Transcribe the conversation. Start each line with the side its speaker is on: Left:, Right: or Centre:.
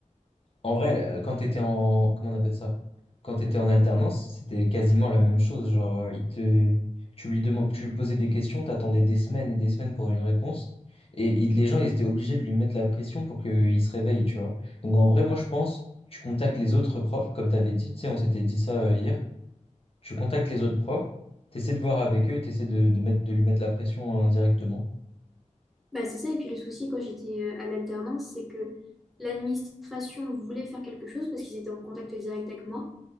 Left: En vrai, euh, quand tu étais en, comment on appelle ça? Quand tu étais en alternance, c'était quasiment la même chose. Genre, euh, il te, tu lui demandes, tu lui posais des questions, t'attendais des semaines et des semaines pour une réponse. Et il- les gens, ils étaient obligés de lui mettre la pression pour qu'il se réveille, tu vois. Donc, en vrai, moi, je pense, tu contactes les autres profs, comme tu avais dit, tu sais, on s'était dit ça euh, hier. Tu contactes les autres profs, tu essaies de voir avec eux, tu essaies de, de mettre, de lui mettre la pression euh, indirectement.
Centre: Bah, c'est ça, et puis le souci quand j'étais euh, à l'alternance, c'est que l'administration voulait faire quelque chose parce qu'ils étaient en contact direct avec moi,